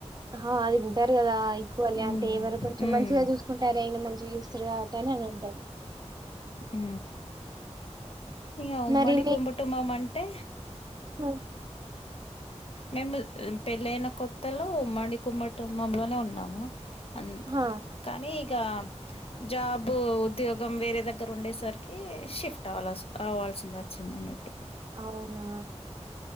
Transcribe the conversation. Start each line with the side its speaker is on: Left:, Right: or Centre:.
Right: హా అది ఉంటారు కదా ఈక్వాలి
Left: ఉమ్
Right: అంటే ఎవరు కొంచెం
Left: ఉమ్
Right: మంచిగా చూసుకుంటారు అయినా మంచిగా చూస్తారు గా టేనే అని అంటారు
Left: హు ఇంగ ఉమ్మడి
Right: మరి
Left: కుంబుటుమము అంటే
Right: అ
Left: మేము పెళ్లి అయినా కొత్తలో ఉమ్మడి కుంభటుంబంలోనే ఉన్నాము ఆన్
Right: హా
Left: కానీ ఇక జాబ్ ఉద్యోగం వేరే దగ్గర ఉండేసరికి షిఫ్ట్ అవల్ అవవాల్సి వస్ సింది అన్నట్టు
Right: అవునా